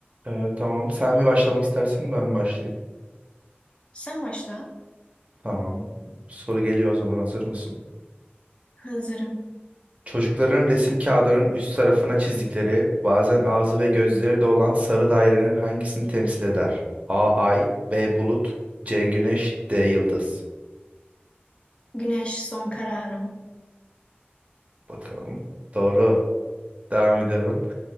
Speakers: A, on the right; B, on the left.
A: Ee, tamam. Sen mi başlamak istersin, ben mi başlayayım?
B: Sen başla.
A: Tamam. Soru geliyor o zaman. Hazır mısın?
B: Hazırım.
A: Çocukların resim kağıdının üst tarafına çizdikleri, bazen ağzı ve gözleri de olan sarı dairenin hangisini temsil eder? A ay, B bulut, C güneş, D yıldız.
B: Güneş son kararım.
A: Bakalım. Doğru. Devam ediyorum.